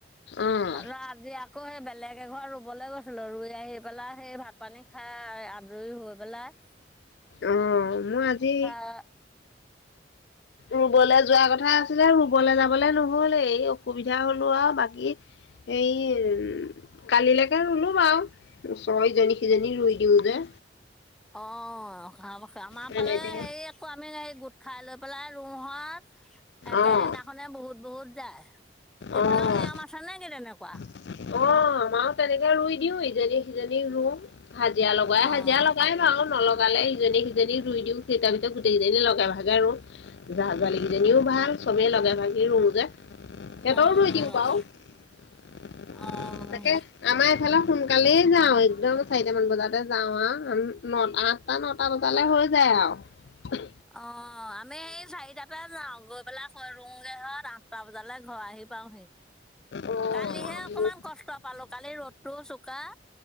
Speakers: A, on the left; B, in the centre.
A: অঁ
B: আৰু আজি আকৌ সে বেলেগ একে ঘৰ ৰুবলৈ গৈছিলোঁ ৰুই আহি পেলাই সেই ভাত পানী খাই আজৰি হৈ পেলাই।
A: অ', মই আজি
B: বা
A: ৰুবলৈ যোৱা কথা আছিলে ৰুবলৈ যাবলে নহ'ল এই অসুবিধা হলো আৰু বাকী এই কালিলৈকে ৰুলো বাৰু ছয়জনী সিজনী ৰুই দিও গে
B: অ', ভাল কথা আমাৰ
A: তেনেকে
B: ফালে হেৰি আকৌ আমি হেৰি গোট খাই লৈ পেলাই ৰু <unintelligible> একেদিনাখনে
A: অঁ
B: বহুত বহুত যায়, সেইফালেও
A: অঁ
B: নিয়ম আছে নে কি তেনেকুৱা?
A: অ', আমাৰো তেনেকে ৰুই দিও ইজনী সিজনী ৰুম হাজিৰা লগাই,
B: অ'
A: হাজিৰা লগাই বাৰু নলগ লগালে ইজনি সিজনী ৰুই দিওঁ, সেই তাৰ পিছত গোটেইকেইজনি লগে ভাগে ৰু। জা জালি কেইজনীও ভাল চবেই লগে ভাগে ৰু যে সিহঁতৰো
B: অ'
A: ৰুই দিওঁদিওঁ বাও
B: অ'
A: তাকে আমাৰ এইফালে সোনকালেই যাওঁ, একদম চাৰিটামান বজাতে যাওঁ আও নটাত ছটা নটা বজালৈ হৈ যায় আৰু।
B: অ', আমি সেই চাৰিটাত তে যাওঁ, গৈ পেলাই হৈ ৰুংগে আৰু আঠটা বজালৈ ঘৰ আহি পাওহি।
A: অ',
B: কালিহে অকমান কষ্ট পালো কালি ৰ'দটো চোকা